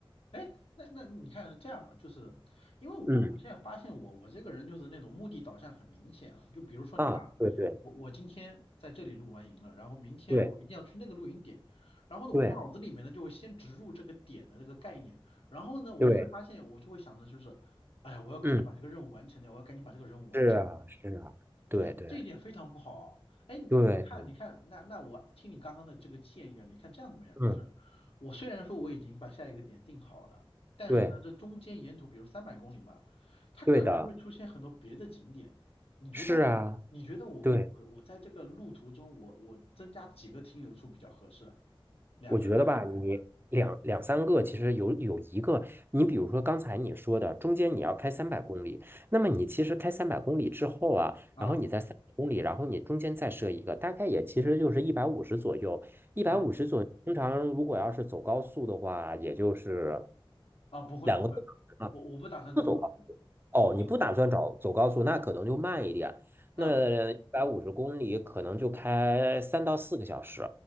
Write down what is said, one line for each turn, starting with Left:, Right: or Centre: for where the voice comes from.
Left: 哎，那那你看是这样啊，就是因为我我现在发现我我这个人就是那种目的导向很明显啊，
Right: 嗯，
Left: 就比如说你看啊，
Right: 啊，对对
Left: 我我今天在这里露完营了，然后明天我一定要去那个露营点，
Right: 对
Left: 然后呢我脑子里面呢就会先植入这个点的那个概念，
Right: 对
Left: 然后呢我就会发现我就会想着就是，
Right: 对，
Left: 哎呀我要赶紧把这个任务完成掉，
Right: 嗯，
Left: 我要赶紧把这个任务完成掉，
Right: 是啊是啊，对对
Left: 就是这一点非常不好啊。哎，你你看，
Right: 对对，
Left: 你看，那那我听你刚刚的这个建议啊，你看这样怎么样？
Right: 嗯。
Left: 就是我虽然说我已经把下一个点定好了，但是呢，
Right: 对，
Left: 这中间沿途，比如三百公里嘛，它可能会出现很多别的景点。
Right: 对的，
Left: 你觉得，
Right: 是啊，
Left: 你觉得我我我在这个路途中，
Right: 对，
Left: 我我增加几个停留处比较合适啊？两个、
Right: 我觉得吧，
Left: 三个还是？
Right: 你两两三个，其实有有一个，你比如说刚才你说的，中间你要开三百公里，那么你其实开三百公里之后啊，
Left: 啊
Right: 然后你在三百公里，然后你中间再设一个，大概也其实就是一百五十左右，一百五十左右，
Left: 啊
Right: 通常如果要是走高速的话，也就是
Left: 啊！不会不会，
Right: 两个多小时嘛，
Left: 我我不打算走高速，
Right: 不走高，哦，你不打算找走高速，
Left: 因为
Right: 那可能就慢一点，
Left: 嗯
Right: 那一百五十公里可能就开三到四个小时。